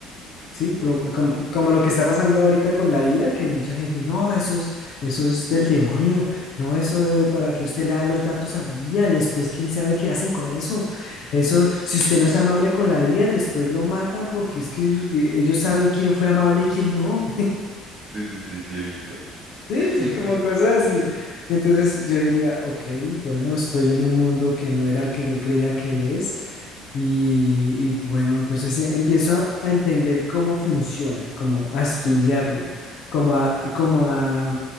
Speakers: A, on the left; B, on the right.
A: ¿sí? Como,
B: Ok,
A: como- como lo que está pasando ahorita con la IA, que mucha gente, no, eso es, eso es del demonio, no, eso de- para que usted le da los datos a la IA, y después quién sabe qué hacen con eso. Eso, si usted no es amable con la IA, después lo matan porque es que eh, ellos saben quién fue amable y quién no.
B: sí, sí, sí, sí, he visto.
A: Sí,
B: <laughs>
A: sí, como cosas así. Entonces yo diría, ok, bueno, estoy en un mundo que no era el que yo creía que es. Y, y bueno, entonces eh, empiezo a a entender cómo funciona, como a estudiarlo, como a, como a